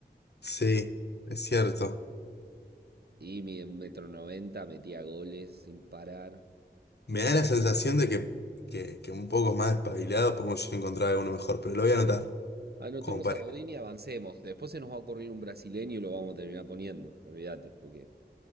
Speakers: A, on the left; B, on the right.
A: Sí, es cierto.
B: Y mide un metro noventa, metía goles sin parar.
A: Me da la sensación de que, que, que un poco más espabilado podemos encontrar alguno mejor, pero lo voy a anotar,
B: Anotemos
A: como para.
B: a Godín y avancemos. Después se nos va a ocurrir un brasileño y lo vamos a terminar poniendo. Olvídate, porque,